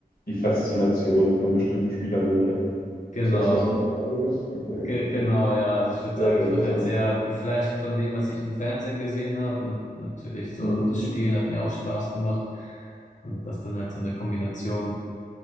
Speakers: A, on the left; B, on the left.
A: die Faszination von bestimmten Spielern, nehme ich an.
B: genau.
A: Ist das, was du sagen würdest? Okay, okay.
B: Ge
A: okay.
B: genau, ja. Also ich würde
A: Sehr,
B: sagen,
A: sehr
B: ich
A: interessant.
B: wurde halt sehr geflasht von dem, was ich im Fernsehen gesehen habe. Und natürlich so,
A: Mhm.
B: das
A: mhm,
B: Spielen hat mir auch Spaß gemacht. Und das dann halt so eine Kombination.